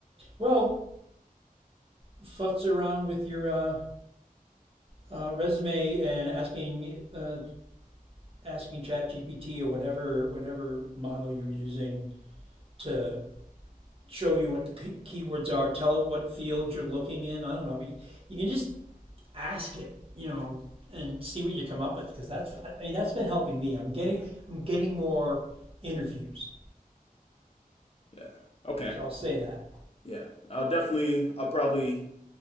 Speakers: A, on the right; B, on the left.
A: Well, futz around with your uh, uh, resume and asking uh, asking ChatGPT or whatever whatever model you're using to show you what the key- keywords are. Tell it what field you're looking in. I don't know. You, you can just ask it, you know, and see what you come up with because that's I mean that's been helping me. I'm getting I'm getting more interviews,
B: Yeah. Okay.
A: so I'll say that.
B: Yeah, I'll definitely, I'll probably